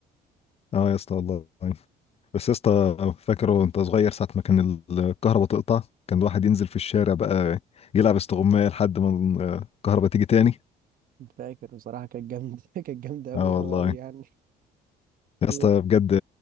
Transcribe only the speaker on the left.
اه يا اسطى والله بس يا اسطى فاكره وانت صغير ساعة ما كان ال- الكهرباء تقطع كان الواحد ينزل في الشارع بقى يلعب استغماية لحد ما الكهرباء تيجي تاني
اه والله
يا
اسطى بجد